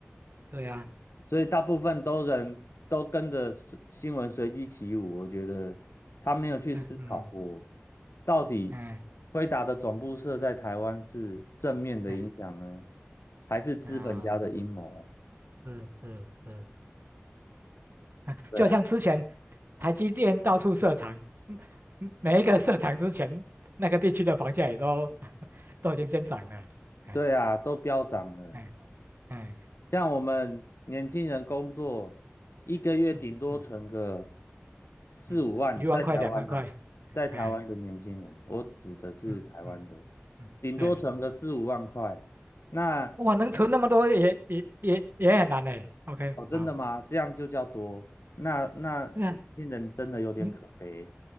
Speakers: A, on the right; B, on the left.
A: 对呀、
B: 所以大部分都人都跟着随新闻随机起舞，我觉得他没有去思考过，
A: 嗯嗯
B: 到底辉达的总部设在台湾是正面的影响呢，
A: 嗯嗯
B: 还是资本家的阴谋？
A: 啊，是是是，嗯就像之前
B: 对啊，
A: 台积电到处设厂，嗯，嗯每一个设厂之前，那个地区的房价也都 <laughs> 都已经先涨了，哎
B: 对啊，都飙涨了。
A: 哎哎，
B: 像我们年轻人工作，一个月顶多存个
A: 嗯嗯
B: 四五万，
A: 嗯，一万块两万块，
B: 在台湾呐、在台湾的年轻人，
A: 哎
B: 我指的是台湾的，
A: 嗯嗯嗯，
B: 顶多存个四五万块。
A: 对，
B: 那
A: 哇，能存那么多也也也也很难嘞，OK，
B: 哦，真的吗？
A: 好，
B: 这样就叫多？那那年轻人真的有点可悲，
A: 对啊，你